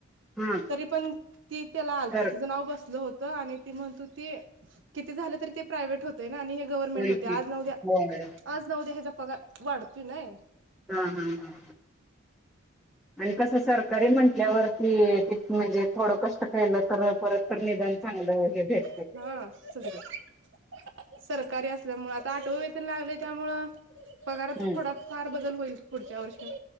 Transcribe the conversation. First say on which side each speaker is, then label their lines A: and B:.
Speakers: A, in the centre; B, on the right.
A: हा
B: तरी पण ती त्याला आलती
A: तर
B: तीचं नाव बसलं होत. त आणि म्हणत होती किती झालं तरी ते प्रायवेट होतं आणि हे गव्हर्नमेंट
A: ओळखी
B: होते आज नद्या
A: होय
B: नऊद्या ह्याचा पगार वाढतोय नाही.
A: हा हा ह <inaudible> आणि कसं सरकारी म्हटल्यावर की म्हणजे थोडं कष्ट केलं तर परत तर निदान चांगलं हे भेट
B: <unintelligible> सरकारी असल्यामुळे आता आठव वेतन लागले त्यामु पगारात
A: हम्म
B: थोडा फार बदल होईल पुढच्या वर्षी